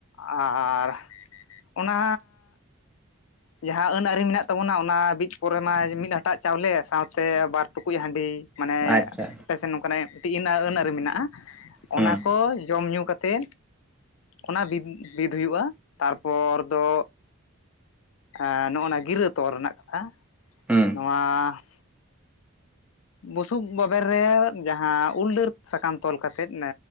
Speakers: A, on the left; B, in the centre.
A: ᱟ ᱟᱨ ᱚᱱᱟ ᱡᱟᱦᱟᱸ ᱟᱹᱱ ᱟᱹᱨᱤ ᱢᱮᱱᱟᱜ ᱛᱟᱵᱚᱱᱟ ᱚᱱᱟ ᱵᱤᱫ ᱯᱚᱨᱮ ᱢᱟ ᱢᱤᱫ ᱦᱟᱴᱟᱜ ᱪᱟᱣᱞᱮ ᱥᱟᱶᱛᱮ ᱵᱟᱨ ᱴᱩᱠᱩᱡ ᱦᱟᱺᱰᱤ᱾ ᱢᱟᱱᱮ
B: ᱟᱪᱪᱷᱟ
A: ᱟᱯᱮ ᱥᱮᱱ ᱱᱚᱝᱠᱟᱱᱟᱜ ᱛᱤᱦᱤᱱᱟ ᱟᱹᱱ ᱟᱹᱱ ᱟᱹᱨᱤ ᱢᱮᱱᱟᱜ-ᱟ
B: ᱦᱩᱸ
A: ᱚᱱᱟ ᱠᱚ ᱡᱚᱢ ᱧᱩ ᱠᱟᱛᱮ ᱚᱱᱟ ᱵᱤᱫ, ᱵᱤᱫ ᱦᱩᱭᱩᱜ-ᱟ ᱛᱟᱨᱯᱚᱨ ᱫᱚ ᱮᱸ ᱱᱚᱜ-ᱚᱱᱟ ᱜᱤᱨᱟᱹ ᱛᱚᱞ ᱨᱮᱱᱟᱜ ᱠᱟᱛᱷᱟ
B: ᱦᱩᱸ
A: ᱱᱚᱣᱟ ᱵᱩᱥᱩᱵ ᱵᱟᱵᱮᱨ ᱨᱮ ᱡᱟᱦᱟᱸ ᱩᱞ ᱰᱟᱹᱨ ᱥᱟᱠᱟᱢ ᱛᱚᱞ ᱠᱟᱛᱮᱫ ᱮᱸ